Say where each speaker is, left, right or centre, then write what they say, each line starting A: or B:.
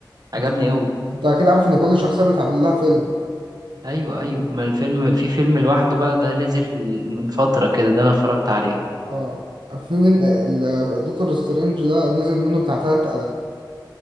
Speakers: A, on the right; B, on the right.
A: عجبني
B: انت
A: قوي
B: انت اكيد عارف ان كل شخصيه بتعمل لها فيلم
A: ايوه ايوه ما الفيلم في فيلم لوحده بقى ده نزل من فتره كده ده انا اتفرجت عليه
B: اه في من ال- الدكتور سترينج ده نزل منه بتاع ثلاث